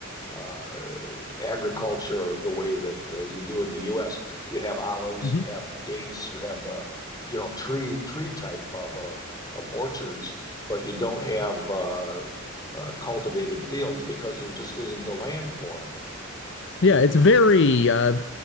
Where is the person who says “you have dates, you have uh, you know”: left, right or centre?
Left